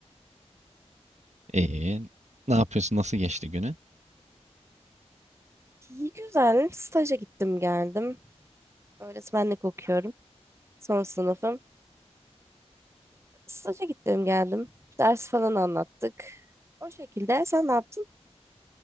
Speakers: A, on the right; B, on the right.
A: İyi. Ne yapıyorsun? Nasıl geçti günü?
B: İyi güzel. Staja gittim geldim. Öğretmenlik okuyorum. Son sınıfım. Staja gittim geldim. Ders falan anlattık. O şekilde sen ne yaptın?